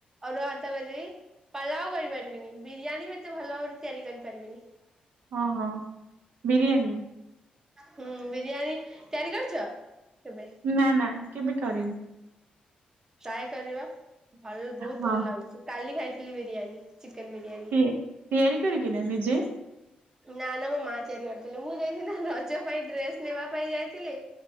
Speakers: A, on the right; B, on the right.
A: ଅରୁଆ ଭାତ କରିଦେବି ପାଲା ଆଉ କରିପାରିବିନି। ବିରିୟାନୀ ବି ଏତେ ଭଲ ଭାବରେ ତିଆରି କରିପାରିବିନି।
B: ହଁ ହଁ ବିରିୟାନୀ।
A: ହୁଁ ବିରିୟାନୀ ତିଆରି କରିଚ କେବେ।
B: ନା ନା କେବେ କରିନି।
A: ଟ୍ରାଏ କରିବ ଭଲ ବୋହୁତ
B: ହଁ
A: ଭଲ ଲାଗୁଚି କାଲି ଖାଇଥିଲି ବିରିୟାନୀ ଚିକେନ ବିରିୟାନୀ।
B: କିଏ ତିଆରି କରିକିନା ନିଜେ।
A: ନା ନା ମୋ ମାଆ ତିଆରି କରିଥିଲେ ମୁଁ ଯାଇଥିଲି ନା ରଜ ପାଇଁ ଡ୍ରେସ ନେବାପାଇଁ ଯାଇଥିଲି।